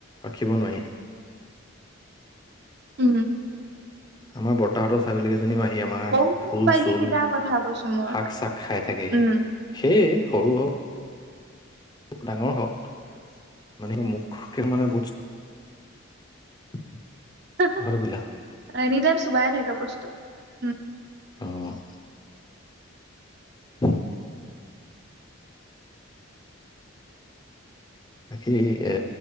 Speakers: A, on the left; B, on the right.
A: ৰাখিব নোৱাৰি।
B: উম
A: আমাৰ বৰ্তাহঁতৰ ছাগলীকেইজনীও আহি আমাৰ
B: সৰু
A: ফুল
B: পোৱালি
A: চুল,
B: কেইটাৰ কথা কৈছো মই।
A: শাক চাক খাই থাকেহি।
B: উম।
A: সেয়ে, সৰু হওক ডাঙৰ হওক মানে মুখকে মানে <unintelligible> <inaudible>
B: <unintelligible>
A: কথাটো বুলা
B: এনী টাইমচ চুবাৱেই থাকে বস্তু, উম
A: অ' <inaudible> বাকি এ